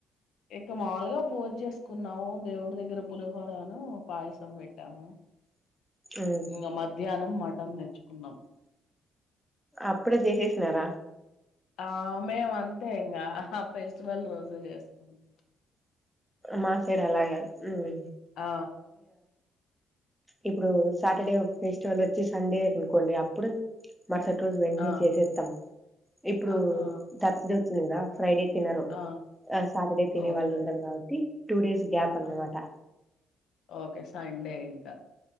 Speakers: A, on the left (about 80°); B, in the centre.
A: ఇక మావూలుగా పూజ చేసుకున్నాము దేవుడి దగ్గర పులిహోరాను పాయసం పెట్టాము
B: ఉమ్
A: ఇంగ మధ్యాహ్నం మా అం నేర్చుకుందాం
B: అప్పుడే చేసేసినారా
A: ఆ మేము అంతే ఇంకా ఆ ఫెస్టివల్ రోజు చేసుకుంటా
B: మా సైడ్ అలా గాదు ఉం
A: ఆ
B: ఇప్పుడు సాటర్డే ఫెస్టివల్ వచ్చి సండే అనుకోండి అప్పుడు మరుసటి రోజు వెంటనే
A: ఆ
B: చేసేస్తాం ఇప్పుడు
A: ఆహా
B: తరస్దే రా ఫ్రైడే తినరు
A: ఆ
B: సాటర్డే తినే
A: ఓకే
B: వాళ్ళు ఉండరు కాబట్టి టూడేస్ గ్యాప్ అన్న
A: ఆ!
B: మాటా
A: ఓకే సండే ఇంకా